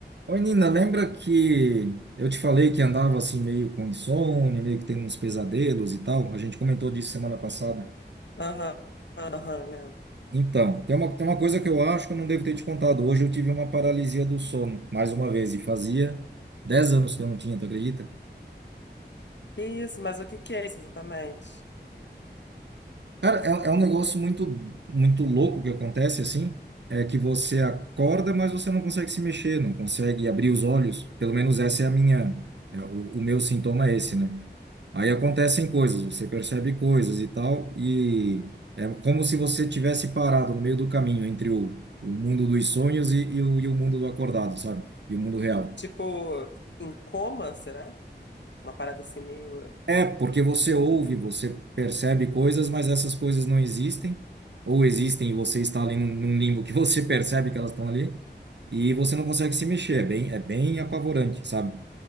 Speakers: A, on the right (about 75°); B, on the left (about 75°).
A: Oi, Nina, lembra que eu te falei que andava assim meio com insônia, meio que tendo uns pesadelos e tal? A gente comentou disso semana passada.
B: Aham, aham, lembro.
A: Então, tem uma, tem uma coisa que eu acho que eu não devo ter te contado. Hoje eu tive uma paralisia do sono, mais uma vez, e fazia 10 anos que eu não tinha, tu acredita?
B: Que isso, mas o que que é isso exatamente?
A: Cara, é, é um negócio muito, muito louco que acontece assim. É que você acorda, mas você não consegue se mexer, não consegue abrir os olhos. Pelo menos essa é a minha, é, o, o meu sintoma é esse, né? Aí acontecem coisas, você percebe coisas e tal, e é como se você tivesse parado no meio do caminho entre o, o mundo dos sonhos e, e o, e o mundo do acordado, sabe? E o mundo real.
B: Tipo, em coma, será? Uma parada assim meio.
A: É, porque você ouve, você percebe coisas, mas essas coisas não existem, ou existem e você está ali num, num limbo que você <laughs> percebe que elas estão ali, e você não consegue se mexer, é bem, é bem apavorante, sabe?